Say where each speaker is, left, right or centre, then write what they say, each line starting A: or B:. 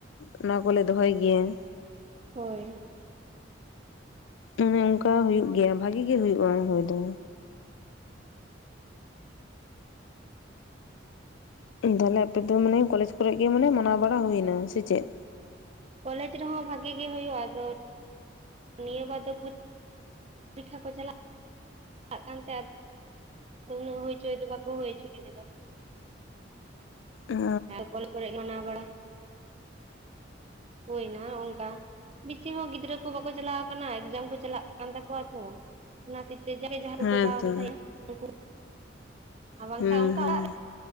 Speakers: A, on the left; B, on the right.
A: ᱚᱱᱟ ᱠᱚᱞᱮ ᱫᱚᱦᱚᱭ ᱜᱮᱭᱟ ᱦᱮᱸ
B: ᱦᱳᱭ
A: ᱚᱱᱮ ᱚᱱᱠᱟ ᱦᱩᱭᱩᱜ ᱜᱮᱭᱟ ᱵᱷᱟᱹᱜᱤ ᱜᱮ ᱦᱩᱭᱩᱜᱼᱟ ᱦᱚᱳᱭ ᱫᱚ ᱛᱟᱦᱞᱮ ᱟᱯᱮ ᱫᱚ ᱢᱟᱱᱮ ᱠᱚᱞᱮᱡᱽ ᱠᱚᱨᱮ ᱜᱮ ᱢᱮ ᱢᱟᱱᱟᱣ ᱵᱟᱲᱟ ᱦᱩᱭ ᱱᱟ ᱥᱮ ᱪᱮᱫ
B: ᱠᱚᱞᱮᱡᱽ ᱨᱮᱦᱚᱸ ᱵᱷᱟᱜᱤ ᱜᱮ ᱦᱩᱭᱩᱜᱼᱟ ᱟᱫᱚ ᱱᱤᱭᱟᱹ ᱵᱟᱨ ᱫᱚ ᱯᱚᱨᱤᱠᱠᱷᱟ ᱠᱚ ᱪᱟᱞᱟᱜ ᱠᱟᱱᱛᱮᱫ ᱟᱫᱚ ᱩᱱᱟᱹᱜ ᱦᱩᱭ ᱦᱚᱪᱚᱭ ᱫᱚ ᱵᱟᱠᱚ ᱦᱩᱭ ᱦᱚᱪᱚᱭ ᱞᱮᱫᱟ
A: ᱚ
B: ᱠᱚᱞᱮᱡᱽ ᱠᱚᱨᱮ ᱜᱮ ᱢᱟᱱᱟᱣ ᱵᱟᱲᱟ ᱦᱩᱭᱱᱟ ᱚᱱᱠᱟ ᱵᱮᱥᱤ ᱦᱚᱸ ᱜᱤᱫᱽᱨᱟᱹ ᱠᱚ ᱵᱟᱝᱠᱚ ᱪᱟᱞᱟᱣ ᱠᱟᱱᱟ ᱮᱠᱡᱟᱢ ᱠᱚ ᱪᱟᱞᱟᱜ ᱠᱟᱱ ᱛᱟᱠᱚᱣᱟ ᱛᱚ ᱚᱱᱟ ᱛᱤ ᱠᱮᱡᱟᱱᱮ ᱡᱟᱦᱟᱸᱭᱠᱚ
A: ᱦᱮᱸᱛᱚ
B: ᱪᱟᱞᱟᱣ ᱠᱟᱱ ᱛᱟᱦᱮᱸᱱᱟ ᱩᱱᱠᱩ ᱟᱨ ᱵᱟᱝᱠᱷᱟᱱ
A: ᱦᱩᱸ
B: ᱚᱱᱠᱟ
A: ᱦᱩᱸ
B: ᱚᱲᱟᱜ ᱨᱮ